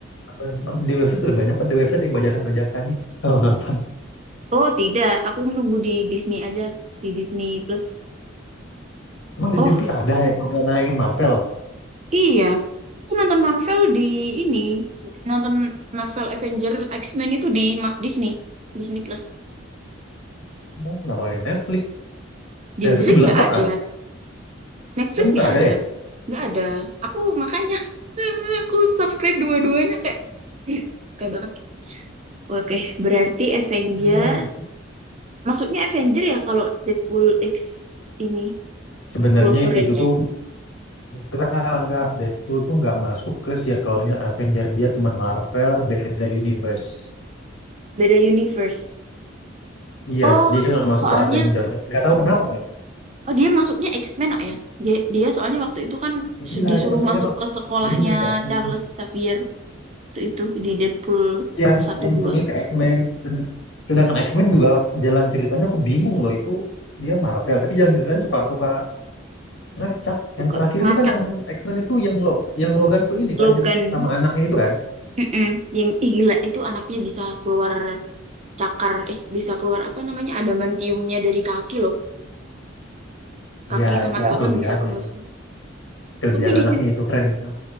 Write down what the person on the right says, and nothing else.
oh tidak aku menunggu di Disney aja di Disney Plus
oh
Iya, aku nonton Marvel di ini, nonton Marvel Avenger X-Men itu di Ma- Disney, Disney Plus.
Di
Netflix
nggak
ada,
Netflix
nggak
ada,
nggak ada. Aku makanya <laughs> aku subscribe dua-duanya kayak, ih, kayak banget. Oke, berarti Avenger,
maksudnya Avenger ya kalau Deadpool X ini,
Wolverine,
beda universe.
Oh,
soalnya
Oh dia masuknya X-Men oh ya. Dia, dia soalnya waktu itu kan su-
disuruh
masuk
ke sekolahnya
Charles Xavier itu, itu di Deadpool
satu
dua
Oh,
Tuh,
ke-
Ngacak
Logan.
Mm-mm. Yang ih, gila itu anaknya bisa keluar cakar eh bisa keluar apa namanya adamantiumnya dari kaki loh. Kaki
sama
ya.
tangan
bisa keluar. semua.
Tapi di
situ